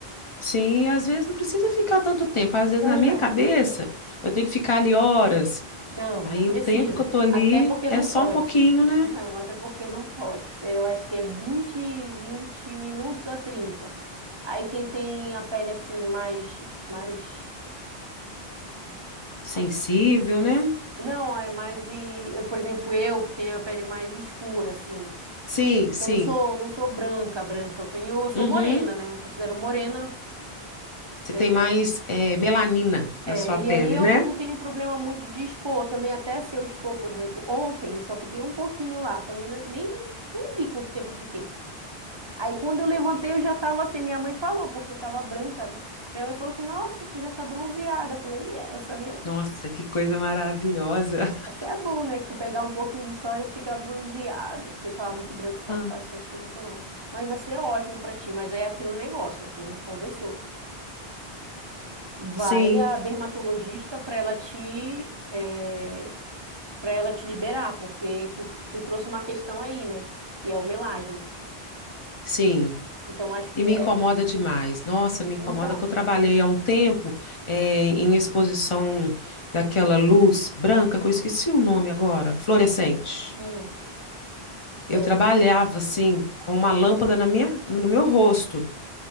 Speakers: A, on the left; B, on the right.
A: sim. E às vezes não precisa ficar tanto tempo. Às vezes
B: Não,
A: na minha
B: não.
A: cabeça eu tenho que ficar ali horas.
B: Não,
A: Aí
B: não precisa.
A: o tempo que eu tô ali
B: Até porque
A: é
B: não
A: só
B: pode.
A: um pouquinho, né?
B: Não, até porque não pode. Eu acho que é vinte, 20 minutos a 30. Aí quem tem a pele assim mais mais
A: Sensível,
B: assim, sens-
A: né?
B: não, é mais e eu, por exemplo, eu que tenho a pele mais escura assim.
A: Sim, sim.
B: Então, Eu não sou não sou branca, branca. Eu tenho, eu sou
A: Uhum.
B: morena, né? Eu me considero morena.
A: Você
B: é,
A: tem mais eh, melanina
B: É,
A: na sua
B: e
A: pele,
B: aí eu
A: né?
B: vou- não tenho problema muito de expor, também até se eu expor, por exemplo, ontem eu só fiquei um pouquinho lá, também não- nem, nem vi quanto tempo eu fiquei. Aí quando eu levantei eu já tava assim, minha mãe falou, porque eu tava branca, né? Minha mãe falou assim, nossa, tu já tá bronzeada. Eu falei, é, essa minha...
A: Nossa, que coisa maravilhosa. <laughs>
B: esse é bom, né? Que tu pegar um pouquinho de sol já fica bronzeada, porque eu tava muito branca, sabe?
A: Ah,
B: Faz tempo que eu não tomava. Mas vai ser ótimo pra ti, mas é aquele negócio, né, que a gente conversou. Vai
A: sim,
B: a dermatologista pra ela te... eh, para ela te liberar, porque tu, tu trouxe uma questão aí, né? Que é o melasma.
A: sim.
B: Então, acho que
A: E me
B: é.
A: incomoda demais. Nossa, me incomoda
B: Então,
A: que eu trabalhei há um tempo eh, em exposição daquela luz branca, que eu esqueci o nome agora, fluorescente.
B: hum,
A: Eu
B: é,
A: trabalhava assim com uma lâmpada na minha, no no meu rosto.